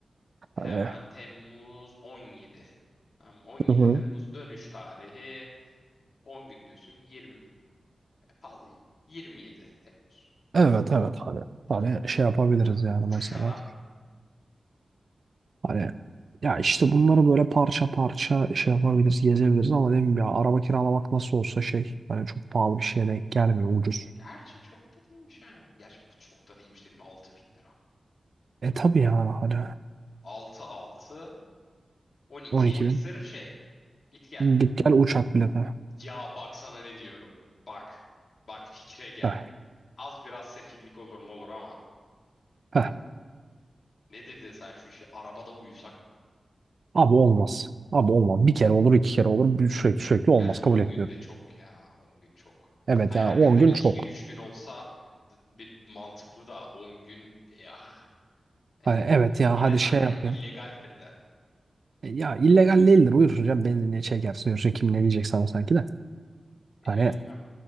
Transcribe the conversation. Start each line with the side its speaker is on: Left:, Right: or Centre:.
Left: hemen
Right: Hani
Left: Temmuz 17. Tamam, 17
Right: Hı hı.
Left: Temmuz dönüş tarihi 10 gün diyorsun 20 pardon, 27 Temmuz.
Right: evet
Left: Tamam
Right: evet hani
Left: tamam
Right: hani şey yapabiliriz
Left: bak
Right: yani
Left: uçuş
Right: mesela.
Left: ara.
Right: Hani ya işte bunları böyle parça parça şey yapabiliriz, gezebiliriz ama değil mi ya araba kiralamak nasıl olsa şey hani çok pahalı bir şeye denk gelmiyor ucuz.
Left: Gerçi çok da değilmiş ha. Gerçi çok da değilmiş dedim 6000 lira.
Right: E tabii yani hani
Left: 6 6 12
Right: on iki bin
Left: sırf şey. Git gel.
Right: git gel uçak bileti.
Left: Ya bak sana ne diyorum. Bak. Bak fikre gel.
Right: Heh,
Left: Az biraz sefillik olur mu olur ama.
Right: heh.
Left: Bak Ne dedin sen şu işi? Arabada uyusak?
Right: Abi olmaz. Abi olmaz. Bir kere olur, iki kere olur. Bir- Sürekli sürekli olmaz.
Left: Gerçi 10
Right: Kabul etmiyorum.
Left: gün de çok ya. on gün çok.
Right: Evet
Left: Hani
Right: yani
Left: hakikaten
Right: 10 gün
Left: 2
Right: çok.
Left: gün 3 gün olsa d- bir mantıklı da 10 gün ya yani.
Right: Hani evet
Left: Yok,
Right: ya
Left: Bir
Right: hadi
Left: de zaten
Right: şey yapayım.
Left: illegaldir de.
Right: E, Ya illegal değildir. Uyursun canım. Benzinliğe çekersin. Yürürsün. Kim ne diyecek sana sanki de.
Left: Ne
Right: Hani
Left: bileyim ben.